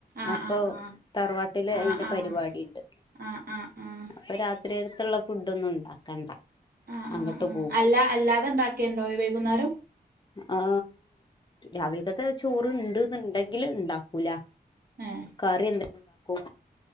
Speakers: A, on the right (about 60°); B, on the left (about 25°).
A: ആഹ്
B: അപ്പൊ
A: ആഹ്
B: തറവാട്ടില്
A: ആഹ്
B: അതിന്റെ
A: ആഹ്
B: പരിപാടിണ്ട്
A: ആഹ് ആഹ് ആഹ് ആഹ്
B: അപ്പൊ രാത്രിയകത്തുള്ള ഫുഡ്ഡ് ഒന്നും ഇണ്ടാക്കണ്ട
A: ആഹ്
B: അങ്ങോട്ട്
A: ആഹ് ആഹ്
B: പോവും
A: അല്ല അല്ലാതെ ഉണ്ടാക്കൽണ്ടോ വൈകുന്നേരം
B: ആ രാവിലക്കത്തെ ചോറ്ണ്ട് എന്നുണ്ടെങ്കില് ഉണ്ടാക്കൂല
A: ഏഹ്
B: കറി എന്തെങ്കി ഉണ്ടാക്കും